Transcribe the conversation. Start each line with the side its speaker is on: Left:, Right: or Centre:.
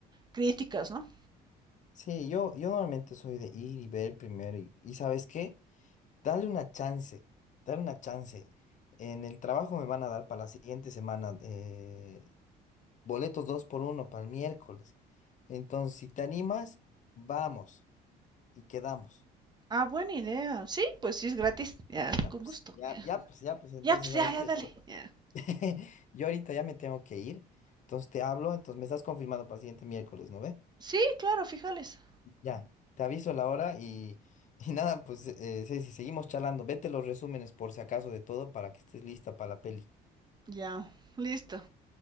Right: críticas, ¿no?
Left: sí, yo, yo normalmente soy de ir y ver primero. Y, y ¿sabes qué? Dale una chance, dale una chance. En el trabajo me van a dar para la siguiente semana eh, boletos dos por uno para el miércoles. Entonces, si te animas, vamos y quedamos.
Right: Ah, buena idea. Sí, pues sí es gratis. Ya,
Left: Ya
Right: con
Left: pues,
Right: gusto.
Left: ya,
Right: Ya,
Left: ya pues, ya pues. Entonces,
Right: Ya, pues ya,
Left: ¿sabes
Right: ya,
Left: qué?
Right: dale. Ya.
Left: <laughs> Yo ahorita ya me tengo que ir. Entonces te hablo, entonces me estás confirmando para el siguiente miércoles, ¿no ve?
Right: Sí, claro, fíjales.
Left: Ya, te aviso la hora y, <laughs> y nada, pues eh, Ceci, seguimos charlando. Vete los resúmenes por si acaso de todo para que estés lista para la peli.
Right: Ya, listo.